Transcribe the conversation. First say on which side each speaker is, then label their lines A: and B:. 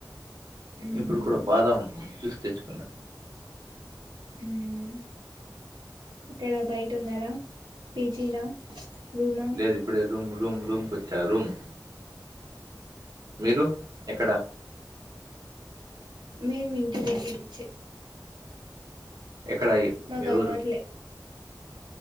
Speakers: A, on the right; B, on the right.
A: మ్మ్
B: ఇప్పుడు కూడా బాదం జ్యూస్ తెచ్చు <inaudible>
A: మ్మ్ ఇక్కడ బయట ఉన్నారా పీజీలో రూమా
B: లేదు ఇప్పుడే రూమ్ రూమ్ రుమ్ వచ్చ రూమ్ మీరు ఎక్కడ
A: మేము ఇంటి నుంచే
B: ఏక్కడ
A: మాకు
B: మీ
A: అలవాట్లే
B: ఊరు